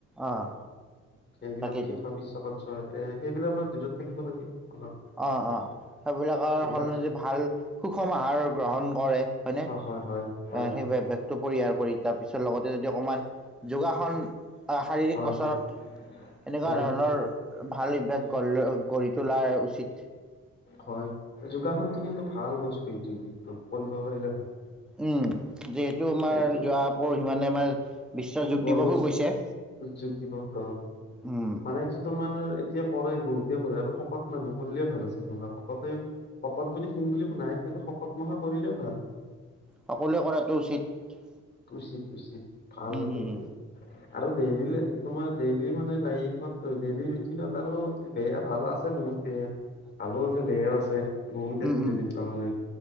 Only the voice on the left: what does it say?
সেইবিলাক
কি পিছত এ সেইবিলাক ভিতৰত থাকিব লাগে। অলপ
এইবিলাক
অ হয় হয় হয়
হয়
হয়
হয়
হয়
হয় যোগাসনতটো কিন্তু ভাল বস্তু এইটো কিন্তু কঢ়িব পাৰিলে ভাল।
এইটো
গলে
যোগ দিবস
মানে এইটো তোমাৰ এতিয়া কৰে বহুতে কৰে আৰু শকত মানুহ কৰিলে ভাল আছে তোমাৰ ভকতে ভকত বুলি শিন বুলি একো নাই। কিন্তু শকত মখা কৰিলেও ভাল
উচিত উচিত ভাল
এইবোৰ
আৰু দেৰিলে তোমাৰ ডেইলি মানে লাইফত ডেইলি ৰুটিনত আৰু বেয়া ভাল আছে বহুত বেয়া। ভালো আছে বেয়াও আছে বহুত
আছে
তেনেকুৱা মানে